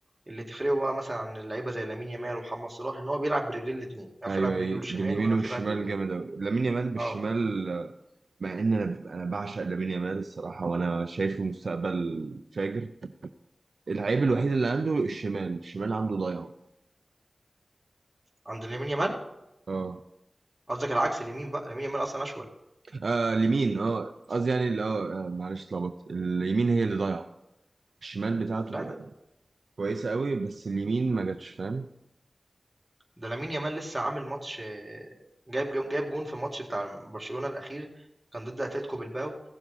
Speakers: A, on the right (about 15°); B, on the right (about 65°).
A: اللي تفرقه بقى مثلا عن اللعيبه زي لامين يامال ومحمد صلاح ان هو بيلعب برجلين الاثنين يعرف
B: ايوه
A: يلعب
B: ايوه
A: برجله الشمال
B: باليمين
A: ويعرف
B: والشمال
A: يلعب برجله اليمين
B: جامد قوي لامين يامال بالشمال
A: اه
B: مع ان انا انا بعشق لامين يامال الصراحه وانا شايفه مستقبل فاجر العيب الوحيد اللي عنده الشمال الشمال عنده ضايع
A: عند لامين يامال
B: اه
A: قصدك العكس اليمين بقى لامين يامال اصلا اشول
B: آه، اليمين اه قصدي يعني ال- اه آه، معلش اتلخبطت اليمين هي اللي ضايعه الشمال بتاعته
A: لا ده,
B: كويسه قوي بس اليمين ما جاتش فاهم
A: ده لامين يامال لسه عامل ماتش آه، جايب جو- جايب جون في ماتش بتاع برشلونة الاخير كان ضد اتلتيكو بلباو